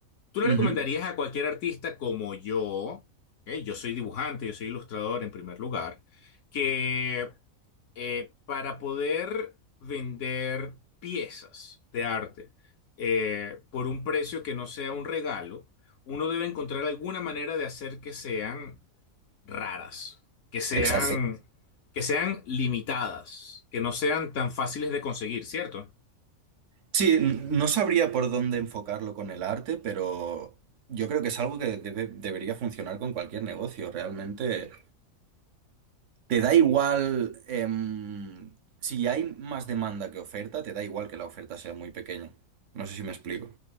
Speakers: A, on the left; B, on the right.
A: ¿Tú le
B: Ujú.
A: recomendarías a cualquier artista como yo, ok, yo soy dibujante, yo soy ilustrador en primer lugar, que eh, para poder vender piezas de arte eh, por un precio que no sea un regalo, uno debe encontrar alguna manera de hacer que sean raras, que sean,
B: Exacto.
A: que sean limitadas, que no sean tan fáciles de conseguir, ¿cierto?
B: Sí, n- no sabría por dónde enfocarlo con el arte, pero yo creo que es algo que debe- debería funcionar con cualquier negocio. Realmente ¿Te da igual em, si hay más demanda que oferta, te da igual que la oferta sea muy pequeña? No sé si me explico.